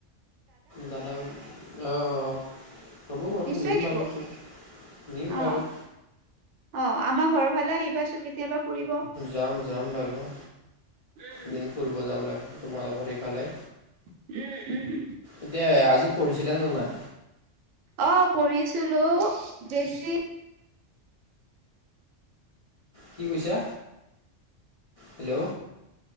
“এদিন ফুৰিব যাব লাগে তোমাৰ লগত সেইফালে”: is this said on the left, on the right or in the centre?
Left